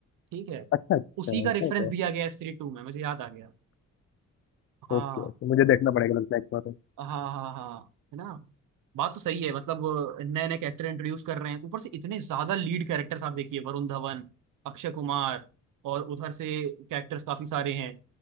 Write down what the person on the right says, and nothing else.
ठीक है
उसी का
रेफरेंस
दिया गया है स्त्री टू में मुझे याद आ गया हाँ
हाँ हाँ हाँ है ना बात तो सही है मतलब नए नए कैरेक्टर इंट्रोड्यूस कर रहे हैं ऊपर से इतने ज्यादा लीड कैरेक्टर्स आप देखिए वरुण धवन अक्षय कुमार और उधर से कैरेक्टर्स काफी सारे हैं है